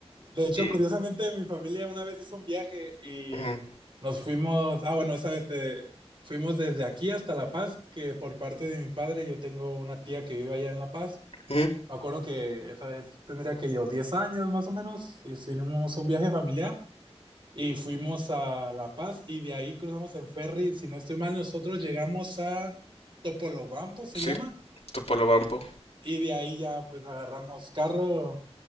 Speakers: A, on the right (about 50°); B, on the left (about 70°).
A: de hecho,
B: Y,
A: curiosamente, mi familia una vez hizo un viaje y
B: ujú,
A: nos fuimos. Ah, bueno, esa vez te- fuimos desde aquí hasta La Paz, que por parte de mi padre yo tengo una tía que vive allá en La Paz.
B: ujú,
A: Me acuerdo que esa vez tendría que yo 10 años más o menos, y hicimos un viaje familiar y fuimos a La Paz y de ahí cruzamos en ferry, si no estoy mal, nosotros llegamos a Topolobampo, se
B: sí,
A: llama,
B: Topolobampo.
A: y de ahí ya pues agarramos carro,